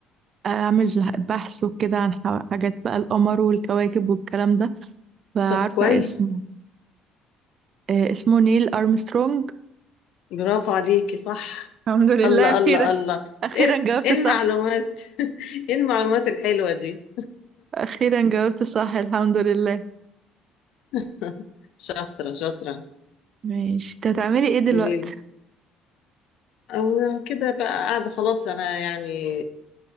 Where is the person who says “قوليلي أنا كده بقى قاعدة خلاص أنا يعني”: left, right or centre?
Left